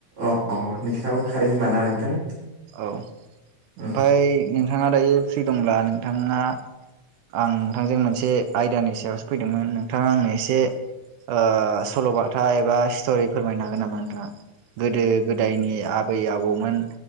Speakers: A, on the right (about 55°); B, on the right (about 75°).
A: अ नोंसिनाबो खारै होमबा ना नोंथां
B: औ
A: ओ
B: आमफाय नोंथांआ दायो फ्रि दंब्ला नोंथांआ आं नोंथांजों मोनसे आयदानि सायावसो फैदोंमोन नोंथांआ आंनो एसे ओ सल'बाथा एबा स्ट'रि फोरमायनो हागोन नामा नोंथांआ‌ गोदो गोदायनि आबै आबौमोन